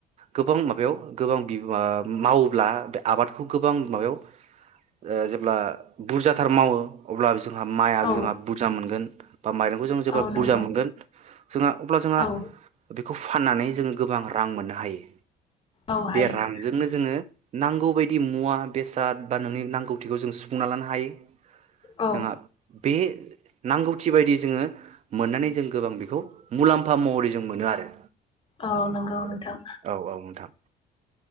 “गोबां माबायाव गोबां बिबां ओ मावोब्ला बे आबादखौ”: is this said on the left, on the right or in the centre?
Right